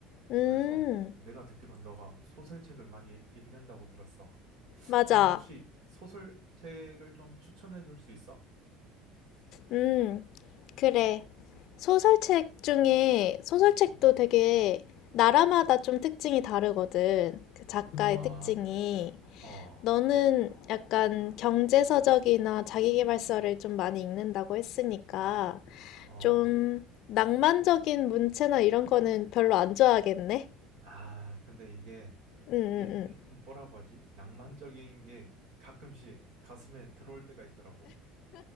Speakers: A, on the left (about 60°); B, on the right (about 75°).
A: 응.
B: 그래서 내가 듣기로는 너가 소설책을 많이 읽는다고 들었어.
A: 맞아.
B: 그럼 혹시 소설책을 좀 추천해 줄 수 있어?
A: 응, 그래. 소설책 중에, 소설책도
B: 음.
A: 되게 나라마다 좀 특징이 다르거든. 그 작가의
B: 아,
A: 특징이.
B: 어,
A: 너는 약간 경제서적이나 자기계발서를 좀 많이 읽는다고 했으니까,
B: 어.
A: 좀 낭만적인 문체나 이런 거는 별로 안 좋아하겠네?
B: 아, 근데 이게
A: 응, 응,
B: 옛
A: 응.
B: 뭐라고 하지? 낭만적인 게 가끔씩 가슴에 들어올 때가 있더라고.